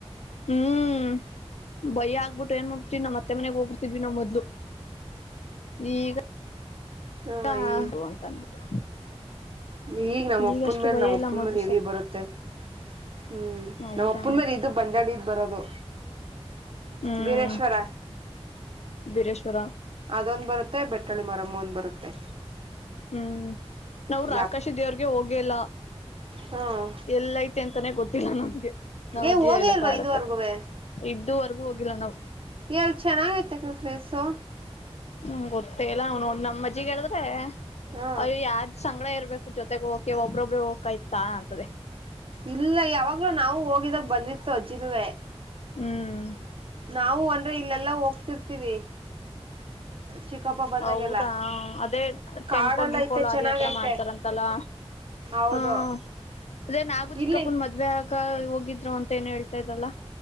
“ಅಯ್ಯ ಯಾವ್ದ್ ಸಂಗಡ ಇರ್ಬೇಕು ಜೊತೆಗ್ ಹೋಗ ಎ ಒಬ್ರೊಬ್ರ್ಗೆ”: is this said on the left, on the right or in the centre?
Left